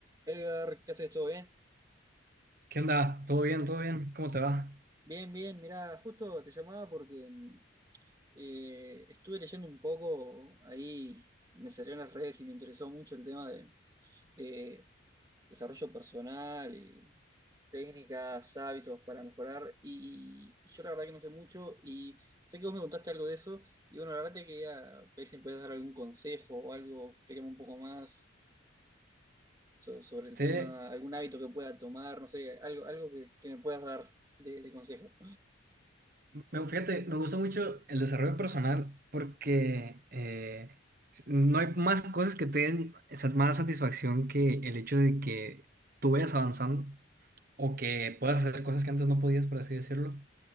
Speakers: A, on the right; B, on the right.
A: Edgar, ¿qué haces? ¿Todo bien?
B: ¿Qué onda? ¿Todo bien? ¿Todo bien? ¿Cómo te va?
A: Bien, bien, mirá, justo te llamaba porque mm, eh, estuve leyendo un poco ahí, me salió en las redes y me interesó mucho el tema de eh, desarrollo personal y técnicas, hábitos para mejorar. Y, y yo la verdad que no sé mucho y sé que vos me contaste algo de eso. Y bueno, la verdad te quería ver si me podías dar algún consejo o algo, explícame un poco más so- sobre el
B: Sí,
A: tema, algún hábito que pueda tomar, no sé, algo, algo que, que me puedas dar de de consejo.
B: me, fíjate, me gusta mucho el desarrollo personal porque eh, no hay más cosas que te den sa- más satisfacción que el hecho de que tú vayas avanzando o que puedas hacer cosas que antes no podías, por así decirlo.